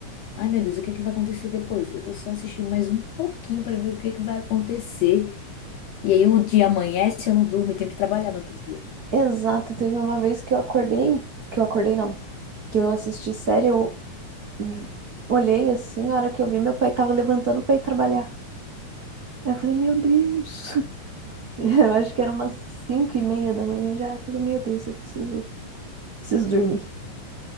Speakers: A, on the left; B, on the right.
A: Ai, meu Deus, o que é que vai acontecer depois? Eu vou só assistir mais um pouquinho para ver o que é que vai acontecer. E aí o dia amanhece, eu não durmo e tenho que trabalhar no outro dia.
B: exato. Teve uma vez que eu acordei, que eu acordei não, que eu assisti série, eu vi- olhei assim, a hora que eu vi, meu pai tava levantando pra ir trabalhar. Aí eu falei, meu Deus, <laughs> eu acho que era umas cinco e meia da manhã já. Eu falei, meu Deus, eu preciso, preciso dormir.